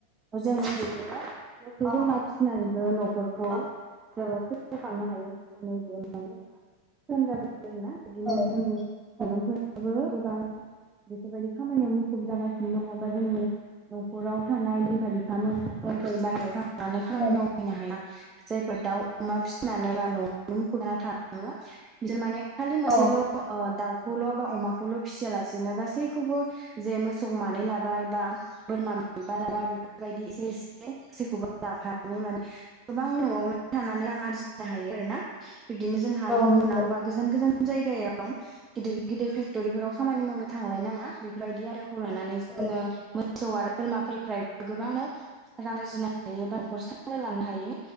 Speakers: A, on the right (about 20°); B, in the centre.
A: जोङो बिदिनो मोसौ बोरमा फिसिनानैबो न'खरखौ ओ फोथांनो हायो होननानै बियो मानो जोंहा फोसाब ना <unintelligible> बिदिनो जोंनि
B: औ
A: लाइमोनफोराबो बेफोरबायदि खामानियाव मुखुब जागासिनो दङ बा जोंनि न'खराव थानाय बिमा बिफा मोना जायफोर बाहेरायाव थांनानै खामानि
B: औ
A: माव हैनो हाया जायफोर दाउ अमा फिसिनानै ब न'आवनो मुखुब जाना थाङो बिजों माने खालि मोनसेल'
B: औ
A: दाउखौल' बा अमाखौल' फिसियालासेनो गासैखौबो जे मोसौ मानै लाबाय बा बोरमा माबा लाबा बेफोरबायदि एसे एसे जेखौबो लाफानानै माने गोबां न'आवनो थानानै रां आरजिनो हायो आरो ना बिब्दिनो जोंहा गुबुनाव
B: नंगौ
A: बा गोजान गोजान जायगायाव गिदिर गिदिर फेक्ट'रिफोराव खामानि मावनो थांलाय नाङा बेफोरबायदि आइदियाखौ लानानै जोङो
B: औ
A: मोसौ आरो बोरमाफोरनिफ्राय गोबाङानो <unintelligible> रां आरजिनो हायो बा न'खर सामलायलांनो हायो